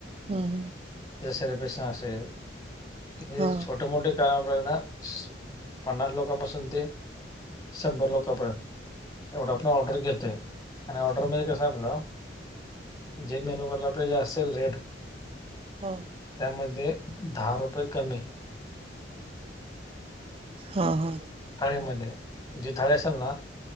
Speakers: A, on the right (about 30°); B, on the left (about 20°).
A: हम हम
B: त्याचं सेलिब्रेशन असेल, हे
A: हां.
B: छोटे मोठे <unintelligible> पन्नास लोकांपासून ते शंभर लोकांपर्यंत एवढं आपण ऑर्डर घेतोय, आणि ऑर्डरमध्ये कसंय आपलं जे मेनु कार्डला रुपये जे असेल रेट,
A: हां,
B: त्यामध्ये दहा रुपये कमी.
A: हा हा
B: थाळीमध्ये, जे थाळे असेल ना